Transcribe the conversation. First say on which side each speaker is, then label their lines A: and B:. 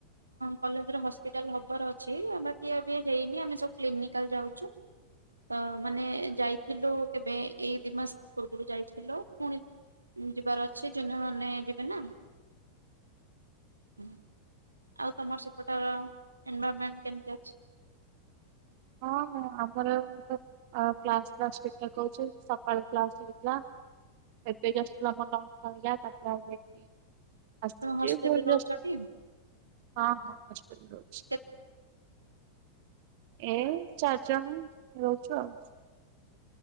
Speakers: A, on the right; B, on the right.
A: କଲେଜରେ ହସ୍ପିଟାଲ ହବାର ଅଛି, ଆଉ ବାକି ଏବେ ହେଇନି ଆମେ ସବୁ କ୍ଲିନିକାଲ୍ ଯାଉଛୁ। ତ ମାନେ ଯାଇଥିଲୁ କେବେ ଏଇ ଦି ମାସ ପୂର୍ବରୁ ଯାଇଥିଲୁ ପୁଣି ଯିବାର ଅଛି, ଜୁନିଅର୍ ମାନେ ଯିବେ ନା। ଆଉ ତମର ସେପଟର ଏନଭରର୍ମେଣ୍ଟ କେମିତି ଅଛି?
B: ହଁ- ହଁ ଆମର ଏ କ୍ଲାସ ଫ୍ଲାସ ଠିକ୍ ଠାକ୍ ହଉଛି। ସକାଳୁ କ୍ଲାସ୍ ହେଇଥିଲା। ଏବେ ଜଷ୍ଟ <unintelligible> ଆସୁଛି
A: ତମେ ହଷ୍ଟେଲରେ
B: <unintelligible>
A: ରହୁଛଟି
B: ହଁ- ହଁ ହଷ୍ଟେଲରେ ରହୁଛି।
A: କେତେ
B: ଏଇ ଚାରିଜଣ ରହୁଛୁ ଆଉ।